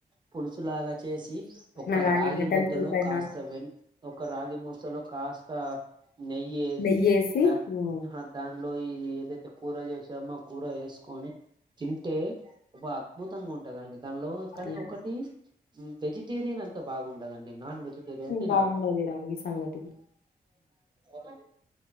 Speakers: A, on the right; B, on the left.
A: పులుసులాగా చేసి ఒక
B: గానీ,
A: రాగి
B: మటన్
A: ముద్దలో
B: సూప్ అయినా
A: కాస్త వెన్ ఒక రాగి ముద్ద లో కాస్త నెయ్యి ఏసి
B: నెయ్యేసి
A: దా
B: హ్మ్.
A: హా దాన్ లో ఇది ఏదైతే కూర చేసామో కూర వేసుకొని తింటే ఒక అద్భుతంగా ఉంటందండి దానిలో కానీ
B: అవునా?
A: ఒకటి హు వెజిటేరియన్ అంత బాగుండదండి నాన్ వెజిటేరియన్ తినాల
B: బావుండది రాగి సంగటి.
A: ఒకటి